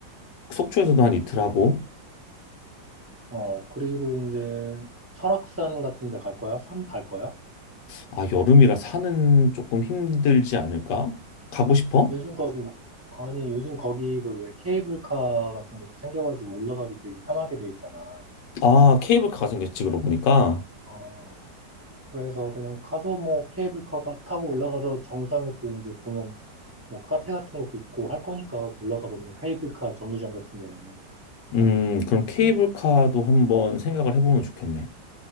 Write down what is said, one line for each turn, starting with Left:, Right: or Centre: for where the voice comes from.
Left: 속초에서도 한 이틀 하고
Right: 어, 그리고 이제 설악산 같은 데 갈 거야? 산 갈 거야?
Left: 아, 여름이라 산은 조금 힘들지 않을까? 가고 싶어?
Right: 요즘 거기, 아니, 요즘 거기 그 왜 케이블카 같은 것도 생겨가지고 올라가기 되게 편하게 돼 있잖아.
Left: 아, 케이블카가 생겼지, 그러고 보니까.
Right: 어, 그래서 그냥 가서 뭐 케이블카 가- 타고 올라가서 정상에 또 이제 보면 뭐 카페 같은 것도 있고 할 거니까 올라가 보면 케이블카 정류장 같은 데는.
Left: 음, 그럼 케이블카도 한번 생각을 해보면 좋겠네.